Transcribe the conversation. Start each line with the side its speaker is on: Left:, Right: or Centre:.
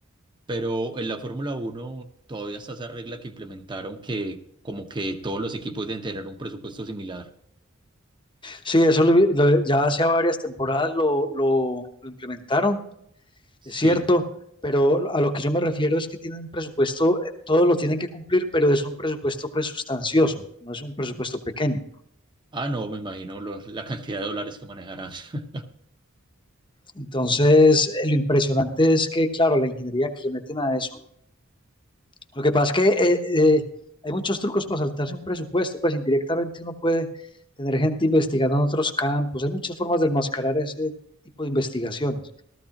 Right: Pero en la Fórmula Uno todavía está esa regla que implementaron que como que todos los equipos deben tener un presupuesto similar.
Left: Sí, eso lo- lo- ya hace varias temporadas lo, lo- lo implementaron,
Right: Sí.
Left: es cierto, pero a lo que yo me refiero es que tienen un presupuesto, eh, todo lo tienen que cumplir, pero es un presupuesto pues sustancioso, no es un presupuesto pequeño.
Right: Ah, no, me imagino los- la cantidad de dólares que manejarán. <laughs>
Left: Entonces, eh, lo impresionante es que, claro, la ingeniería que le meten a eso Lo que pasa es que eh, eh, hay muchos trucos para saltarse un presupuesto, pues indirectamente uno puede tener gente investigando en otros campos, hay muchas formas de enmascarar ese tipo de investigaciones.